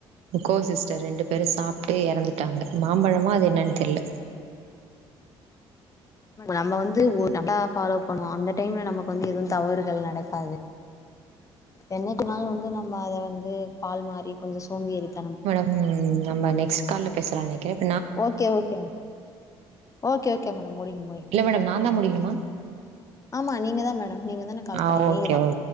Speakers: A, on the right (about 75°); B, on the left (about 30°).
A: கோ சிஸ்டர் ரெண்டு பேரு சாப்ட்டு இறந்துட்டாங்க மாம்பழமா அது என்னன் தெர்ல
B: நம்ம வந்து ஒரு கரெக்ட்டா ஃபாலோ பண்ணுவோ அந்த டைம்ல நமக்கு வந்து எது தவறுகள் நடக்காது என்னைக்கு நாள் வந்து நம்ம அத வந்து பால் மாரி கொஞ்ச சோம்பேரி தனம்
A: ம் ம் நம்ம நெக்ஸ்ட் கால்ல பேசலா நெனைக்கிறே
B: ஓகே ஓகேங் ஓகே ஓகே மேடம் முடிங் முடிங்
A: இல்ல மேடம் நான் தான் முடிக்கணுமா?
B: ஆமா நீங்க தா மேடம் நீங்க தானே கால்
A: ஆ
B: பண்ணீங்க
A: ஓகே,
B: நீங்க தா
A: ஓகே.